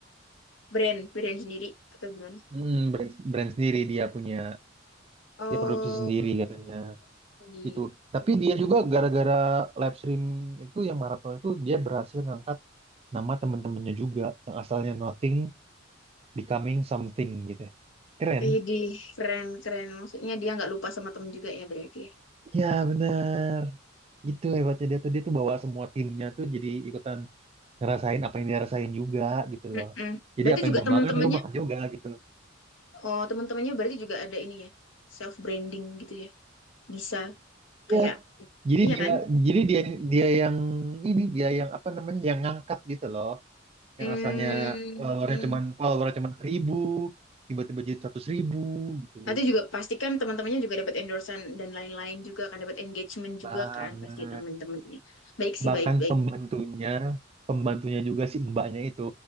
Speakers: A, on the left (about 75°); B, on the right (about 30°).
A: brand brand sendiri atau gimana
B: Mm, brand, brand sendiri dia punya
A: oh
B: dia produksi sendiri katanya
A: gitu
B: gitu tapi dia juga gara-gara live stream itu yang maraton itu dia berhasil ngangkat nama teman-temannya juga yang asalnya nothing Becoming something gitu ya. Keren.
A: Idih, keren keren. Maksudnya dia nggak lupa sama temen juga ya berarti ya.
B: Ya benar. Gitu hebatnya dia tuh. Dia tuh bawa semua timnya tuh jadi ikutan ngerasain apa yang dia rasain juga gitu
A: Mm-mm.
B: loh. Jadi
A: Berarti
B: apa yang
A: juga
B: gue
A: temen-temennya,
B: makan lu makan juga gitu loh.
A: oh temen-temennya berarti juga ada ini ya, self branding gitu ya. Bisa kayak,
B: Ya, jadi
A: iya
B: dia
A: kan?
B: jadi dia dia yang ini dia yang apa namanya yang ngangkat gitu loh.
A: Hmm,
B: Yang asalnya followernya
A: mm-mm.
B: cuman followernya cuman seribu tiba-tiba jadi seratus ribu gitu
A: Nanti juga pastikan teman-temannya juga dapat endorsement dan lain-lain juga kan dapat engagement juga
B: banget.
A: kan pasti teman-temannya. Baik sih
B: Bahkan
A: baik baik.
B: pembantunya pembantunya juga si mbaknya itu